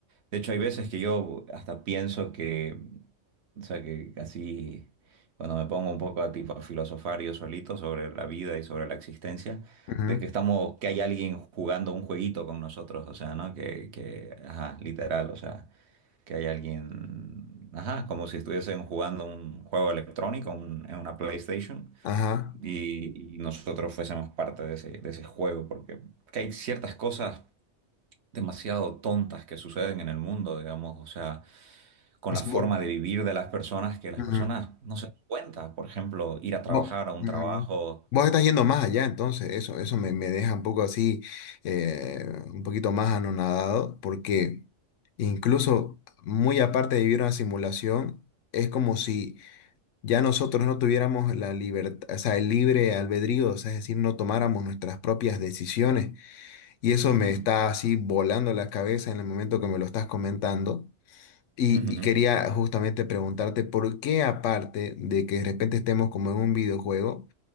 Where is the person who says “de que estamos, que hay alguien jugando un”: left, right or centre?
Right